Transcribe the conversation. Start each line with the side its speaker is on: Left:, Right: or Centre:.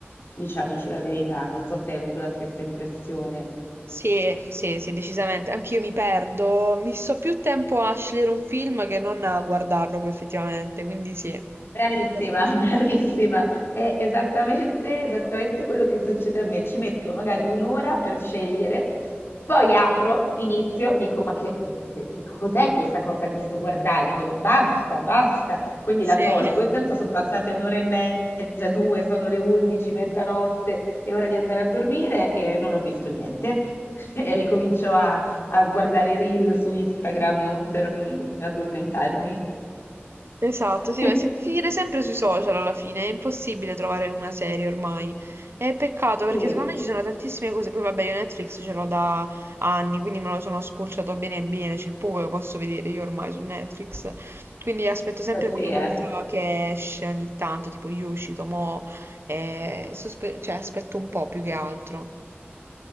Left: diciamoci la verità. Non so se hai avuto la stessa impressione.
Right: Sì, sì, sì, decisamente. Anch'io mi perdo. Mi sto più tempo a scegliere un film che non a guardarlo poi effettivamente, quindi sì.
Left: Bravissima,
Right: Ti capisco.
Left: <laughs> bravissima. È esattamente, esattamente quello che succede a me. Ci metto magari un'ora per scegliere, poi apro, inizio, dico: Ma che, che- che- che cos'è questa cosa che sto guardando? Basta, basta. Quindi la
Right: Sì.
Left: tolgo.
Right: <laughs>
Left: Intanto sono passate un'ora e mezza, due, sono le 11, mezzanotte, è ora di andare a dormire e non ho visto niente. <laughs> E ricomincio a, a guardare i reel su Instagram per, mm, per addormentarmi.
Right: Esatto,
Left: <laughs>
Right: sì, ma si può finire sempre sui social alla fine, è impossibile trovare una serie ormai. È peccato perché
Left: Sì.
Right: secondo me ci sono tantissime cose, poi vabbè io Netflix ce l'ho da anni, quindi me lo sono spulciato bene bene, c'è poco che posso vedere io ormai su Netflix, quindi aspetto sempre
Left: Eh sì,
Right: quella
Left: eh.
Right: novità che esce ogni tanto, tipo io uscito mo, eh, sospe- cioè aspetto un po' più che altro.